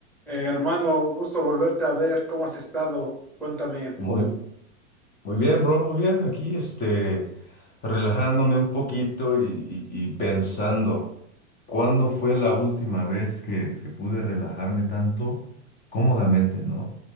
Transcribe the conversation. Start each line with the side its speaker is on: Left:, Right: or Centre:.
Centre: Eh, hermano, gusto volverte a ver. ¿Cómo has estado? Cuéntame.
Left: Muy, muy bien, bro, muy bien. Aquí, este, relajándome un poquito y, y- y pensando, ¿cuándo fue la última vez que, que pude relajarme tanto cómodamente, ¿no?